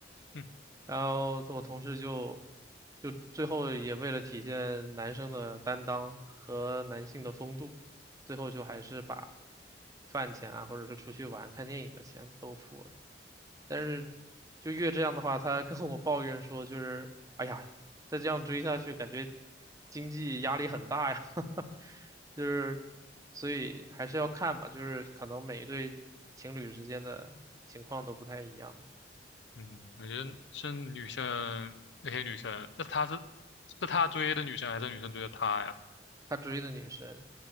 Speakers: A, on the left; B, on the right.
A: 嗯
B: 然后我同事就就最后也为了体现男生的担当和男性的风度，最后就还是把饭钱啊，或者是出去玩看电影的钱都付了。但是就越这样的话，他跟我抱怨说，就是哎呀，再这样追下去，感觉经济压力很大呀，<laughs> 就是所以还是要看吧，就是可能每一对情侣之间的情况都不太一样。
A: 嗯，我觉得是女生那些女生，那她是是她追的女生还是女生追的她呀？
B: 他追的女生。